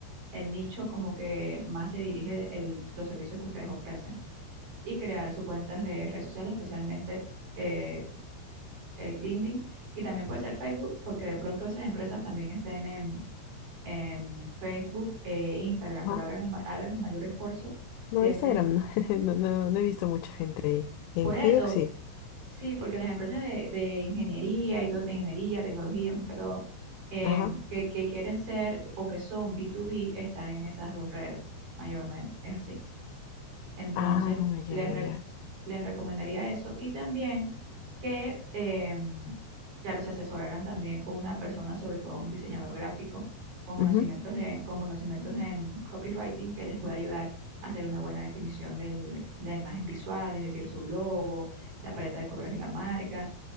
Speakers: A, on the right (about 50°); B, on the left (about 80°).
A: el nicho como que más se dirige el- los servicios que ustedes ofrecen y crear sus cuentas de redes sociales, especialmente eh, eh, LinkedIn y también puede ser Facebook porque de pronto esas empresas también estén en, en Facebook e Instagram,
B: ajá.
A: pero hagan el ma- hagan el mayor esfuerzo siempre.
B: No, Instagram,
A: en-
B: no, <laughs> no, no, no he visto mucha gente ahí. En
A: Por eso
B: Facebook sí.
A: Sí, porque las empresas de, de ingeniería y todo, ingeniería, tecnología, más que todo, eh,
B: Ajá.
A: que, que quieren ser o que son B2B, están en esas dos redes, mayormente. Es así. Entonces,
B: Ah, ya,
A: les, re-
B: ya,
A: les recomendaría eso y también que, eh, claro, se asesoraran también con una persona, sobre todo un diseñador gráfico, con conocimientos
B: ya.
A: en, con conocimientos en copywriting que les pueda ayudar a hacer una buena definición del- de la imagen visual, es decir, su logo, la paleta de colores de la marca,